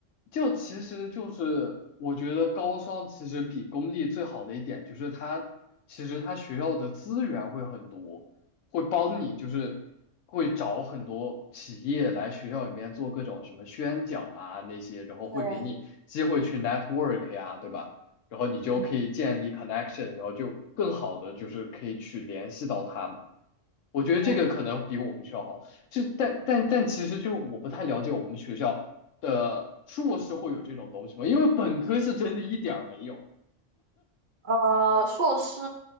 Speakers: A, on the left; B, on the right.
A: 就其实就是我觉得高商其实比公立最好的一点就是它其实它学校的资源会很多，会帮你就是会找很多企业来学校里面做各种什么宣讲啊那些，然后会给你机会去
B: 对，
A: network 呀，对吧？然后你就可以建立
B: 嗯
A: connection，然后就更好的就是可以去联系到他们。我觉得这个可能比我们学校好，
B: 嗯。
A: 就但但但其实就是我不太了解我们学校的硕士会有这种东西吗？因为本科是真的一点儿没有。
B: 呃，硕士